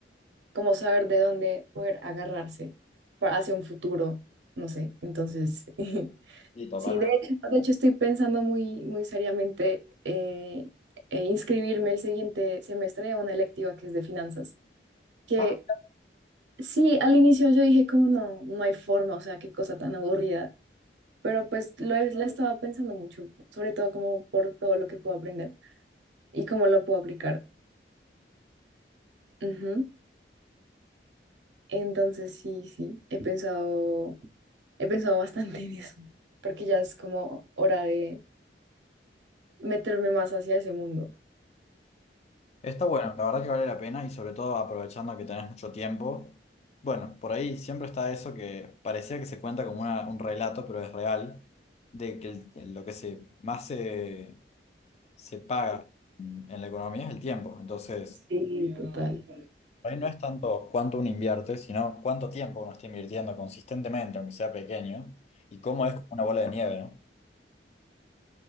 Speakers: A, on the right; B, on the left.
A: como saber de dónde poder agarrarse pa- hacia un futuro, no sé. Entonces, <laughs>
B: Sí, totalmente.
A: sí, de hecho, de hecho estoy pensando muy, muy seriamente eh, eh, inscribirme el siguiente semestre a una electiva que es de finanzas, que
B: Ah,
A: sí, al inicio yo dije como no, no hay forma, o sea, qué cosa tan aburrida. Pero pues lo he- la estaba pensando mucho, sobre todo como por todo lo que puedo aprender y cómo lo puedo aplicar. Ujú. Entonces sí, sí, he pensado He pensado bastante en eso, porque ya es como hora de meterme más hacia ese mundo.
B: está bueno, la verdad que vale la pena y sobre todo aprovechando que tenés mucho tiempo. Bueno, por ahí siempre está eso que parecía que se cuenta como una- un relato, pero es real, de que el- el- lo que se más se se paga en en la economía es el tiempo. Entonces,
A: Sí, total.
B: por ahí no es tanto cuánto uno invierte, sino cuánto tiempo uno está invirtiendo consistentemente, aunque sea pequeño, y cómo es como una bola de nieve, ¿no?